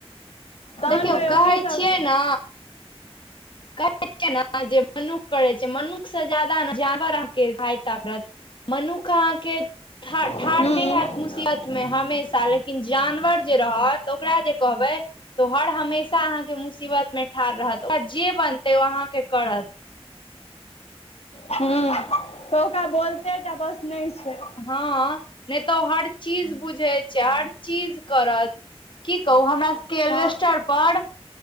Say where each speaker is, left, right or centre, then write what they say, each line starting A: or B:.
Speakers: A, on the left; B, on the left.
A: तहन
B: देखियौ
A: कहियौ
B: कहै
A: की सब
B: छियै ने कहै छै ने जे मनुख करै छै, मनुख से जादा ने जानवर अहाँके सहायता करत। मनुख अहाँके ठाढ़
A: हूँ
B: नहि
A: हूँ
B: हऽत मुसीबत मे हमेशा, लेकिन जानवर जे रहत ओकरा जे कहबै तऽ हर हमेशा अहाँके मुसीबतमे ठाढ़ रहत। ओकरा जे बनतै ओ अहाँके करत।
A: हुं तऽ ओकरा बोलते टा बस नहि छै।
B: हँ नै त ओ हर चीज बुझै छै हर चीज करत की कहू हमरा सबके एलबेस्टर
A: हँ
B: पर